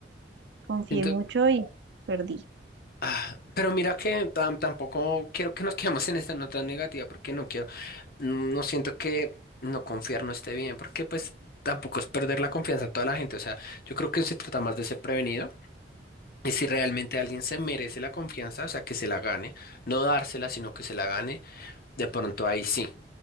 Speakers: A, on the right; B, on the left.
A: confié
B: Siento-
A: mucho y perdí.
B: ah, pero mira que tam- tampoco quiero que nos quedemos en esta nota negativa porque no quiero, mm, no siento que no confiar no esté bien porque pues tampoco es perder la confianza en toda la gente. O sea, yo creo que se trata más de ser prevenido. Y si realmente alguien se merece la confianza, o sea, que se la gane, no dársela, sino que se la gane, de pronto ahí sí.